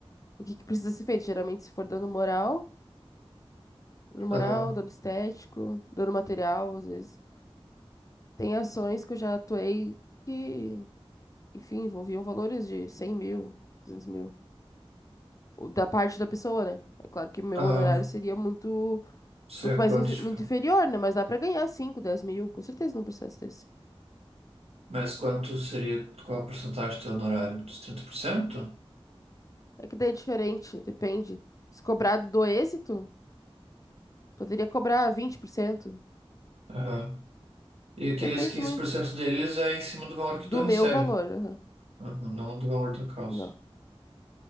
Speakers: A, on the left; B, on the right.
A: o que, que precisa ser feito. Geralmente, se for dano moral, dano moral,
B: Aham.
A: dano estético, dano material, às vezes. Tem ações que eu já atuei que, enfim, envolviam valores de 100 mil, 200 mil. O Da parte da pessoa, né? É claro que meu
B: Aham.
A: honorário seria muito,
B: Seria
A: muito mais
B: quanto,
A: infe-
B: tipo?
A: muito inferior, né? Mas dá pra ganhar cinco 10 mil, com certeza num processo desse.
B: Mas quanto seria, qual a porcentagem do teu honorário? Dos 30%?
A: É que daí é diferente, depende. Se cobrado do êxito, poderia cobrar vinte por cento
B: Aham. E aqueles
A: Depende
B: quinze
A: muito
B: por cento deles é em cima do valor que
A: do
B: tu recebe,
A: meu valor.
B: né?
A: aham.
B: Aham, Não do valor da causa.
A: Não,